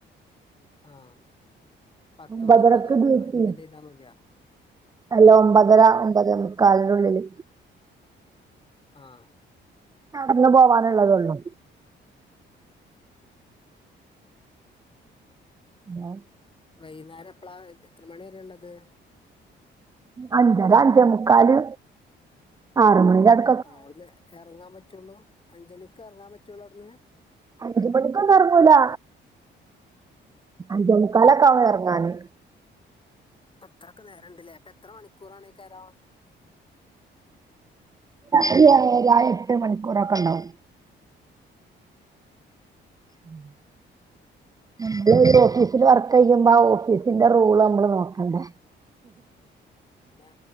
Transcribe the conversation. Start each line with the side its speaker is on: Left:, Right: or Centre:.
Left: ആഹ് പത്ത്
Right: ഒമ്പതരക്ക്
Left: മണിക്ക് അത്
Right: ഡ്യൂട്ടി.
Left: അറ്റൻഡ് ചെയ്താ മതിയോ
Right: അല്ല
Left: ആഹ്
Right: ഒമ്പതര ഒമ്പതേ മു കാലിന്റുള്ളില്
Left: ആഹ്
Right: നടന്ന് പോവാന്ള്ളതൊള്ളു. ഹലോ
Left: വൈന്നാരെപ്പളാ, എത്ര മണി വരേ ഇള്ളത്?
Right: അഞ്ചര അഞ്ചേ മുക്കാല്, ആറു മണിന്റെട്
Left: ആഹ് അവ്ട്ന്ന് എറങ്ങാൻ പറ്റൊള്ളൂ, അഞ്ചണിക്ക് എർങ്ങാൻ പറ്റൊള്ളു അവ്ട്ന്ന്?
Right: അഞ്ച് മണിക്കൊന്നും എർങ്ങൂലാ. അഞ്ചേ മുക്കാലൊക്കാവും എർങ്ങാന്.
Left: അത്രൊക്കെ നേരണ്ട്ലേ, അപ്പെത്ര മണിക്കൂറാണെയ്ക്കാരം?
Right: ഏയര, എട്ട് മണിക്കൂറൊക്കെ ണ്ടാവും.
Left: <unintelligible>
Right: <inaudible>
Left: <unintelligible>
Right: <unintelligible> ഓഫീസില് വർക്കെയ്യുമ്പൊ ആ ഓഫീസിന്റെ റൂള് നമ്മള് നോക്കണ്ടേ
Left: അല്ലാ,